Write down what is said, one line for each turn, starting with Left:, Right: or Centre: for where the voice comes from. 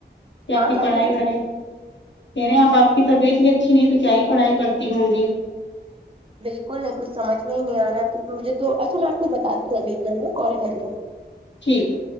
Left: کہ
Right: ہاں
Left: آپ کی
Right: کیا
Left: پڑھائی
Right: کہہ رہے ہیں؟
Left: وڑھائی کہہ رہے ہیں آپ آپ کی طبیعت بھی اچھی نہیں تو کیا ہی پڑھائی کرتی ہوں گی
Right: بالکل نہیں کچھ سمجھ میں ہی نہیں آ رہا ہے پھر مجھے تو اچھا میں آپ کو بتی ہوں ابھی ایک منٹ میں کال کر لوں
Left: ٹھیک ہے